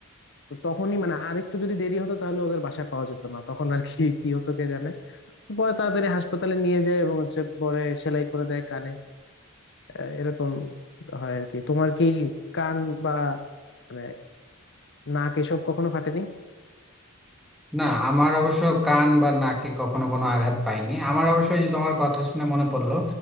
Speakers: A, on the left; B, in the centre.
A: তো তখনই মানে আর একটু যদি দেরি হতো তাহলে ওদের বাসায় পাওয়া যেত না তখন আর কি কি হতো কে জানে পরে তাড়াতাড়ি হাসপাতালে নিয়ে যায় এবং হচ্ছে পরে সেলাই করে দেয় কানে আহ, এরকম হয় আর কি তোমার কি কান বা মানে নাক এসব কখনো ফাটেনি
B: না আমার অবশ্য কান বা নাকে কখনো কোনো আঘাত পাইনি আমার অবশ্য ওই যে তোমার কথা শুনে মনে পড়লো